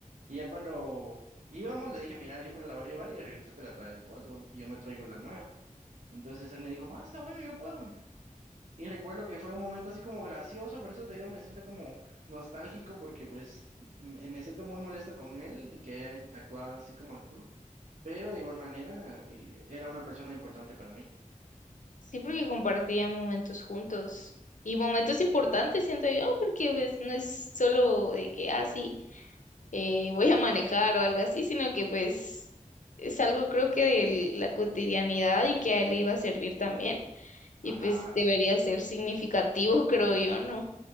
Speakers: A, on the right (about 55°); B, on the left (about 65°).
A: Y ya cuando íbamos le dije, mira, yo me la voy a llevar y de regreso te la traes vos, va, y yo me traigo la nueva. Entonces él me dijo, basta, bueno, yo puedo. Y recuerdo que fue un momento así como gracioso, por eso te digo, me siento como nostálgico porque pues me, me siento muy molesto con él de que haya actuado así como actuó, pero de igual manera eh, era una persona importante para mí.
B: Sí, porque compartían momentos juntos y momentos importantes, siento yo, porque pues no es solo de que, ah, sí, eh, voy a manejar o algo así, sino que pues es algo creo que de la cotidianidad y que a él le iba a servir también y
A: Ajá,
B: pues debería
A: sí,
B: ser significativo, <laughs> creo yo, ¿no?